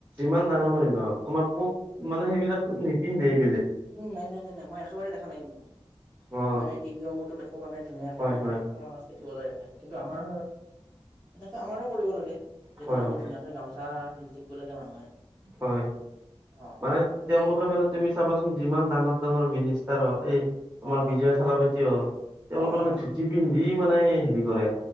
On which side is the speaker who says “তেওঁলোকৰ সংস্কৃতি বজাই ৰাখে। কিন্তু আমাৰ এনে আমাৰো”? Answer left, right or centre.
Centre